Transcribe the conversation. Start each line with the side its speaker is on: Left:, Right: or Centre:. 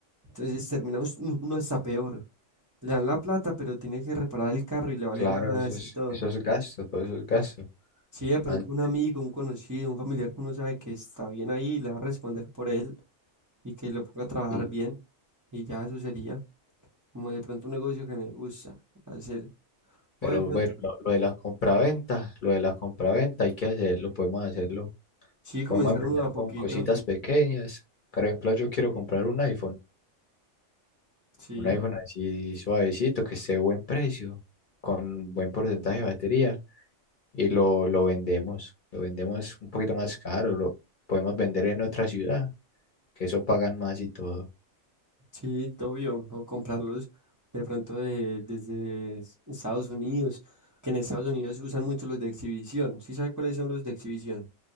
Right: Entonces terminamos uno está peor. Le dan la plata, pero tiene que reparar el carro y le vale
Left: Claro,
Right: más
Left: eso es,
Right: y todo.
Left: eso es gasto, todo eso es gasto.
Right: Si de pronto
Left: Mal,
Right: un amigo, un conocido, un familiar que uno sabe que está bien ahí le va a responder por él y que lo ponga a trabajar
Left: sí.
Right: bien y ya eso sería como de pronto un negocio que me gusta hacer.
Left: Pero
Right: O de pronto,
Left: bueno, lo, lo de la compraventa, lo de la compraventa hay que hacerlo, podemos hacerlo.
Right: sí, comenzar
Left: Podemos empezar
Right: uno de a poquito.
Left: con cositas pequeñas. Por ejemplo, yo quiero comprar un iPhone,
Right: Sí,
Left: un iPhone así suavecito, que esté a buen precio, con buen porcentaje de batería. y lo, lo vendemos, lo vendemos un poquito más caro, lo podemos vender en otra ciudad, que eso pagan más y todo.
Right: sí, obvio. O comprarlos de pronto de, desde Estados Unidos, que en Estados Unidos usan mucho los de exhibición. ¿Sí sabe cuáles son los de exhibición?